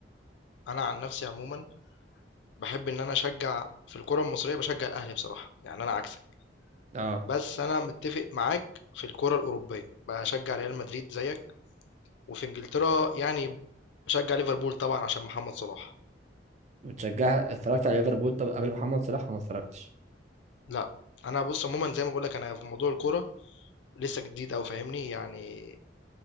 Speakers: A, on the left; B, on the right.
A: انا عن نفسي عموما بحب ان انا اشجع في الكرة المصرية بشجع الاهلي بصراحة يعني انا عكسك
B: اه
A: بس انا متفق معاك في الكرة الاوروبية بشجع ريال مدريد زيك وفي انجلترا يعني بشجع ليفربول طبعا عشان محمد صلاح
B: بتشجع اتفرجت على ليفربول طب قبل محمد صلاح ما اتفرجتش
A: لا انا بص عموما زي ما بقول لك انا في موضوع الكرة لسه جديد او فاهمني يعني